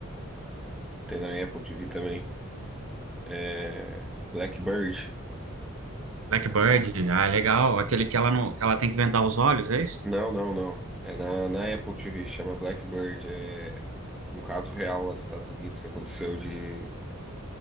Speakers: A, in the centre; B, on the right.
A: Tem na Apple TV também. É, Blackbird.
B: Blackbird, ah, legal. Aquele que ela não, que ela tem que vendar os olhos, é isso?
A: Não, não, não. É na, na Apple TV, chama Blackbird. É um caso real lá dos Estados Unidos que aconteceu de,